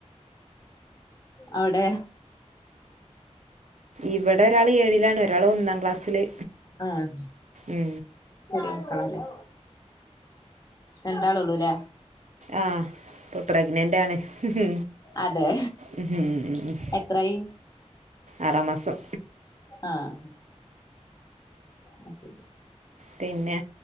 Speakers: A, on the left (about 30°); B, on the right (about 75°).
A: അവിടെ?
B: ഇവിടെ ഒരാള് ഏഴിലാണ് ഒരാള് ഒന്നാം ക്ലാസ്സില്
A: ആഹ്
B: ഉ
A: ചെറിയ മക്കളാല്ലേ രണ്ടാളൊള്ളൂല്ലേ
B: ആഹ ഇപ്പം പ്രഗ്നന്റ് ആണ്. ഉ
A: അതെ
B: ഉം
A: എത്രായി
B: ആറാം മാസം.
A: ആഹ അയ് ശെരി.
B: പിന്നെ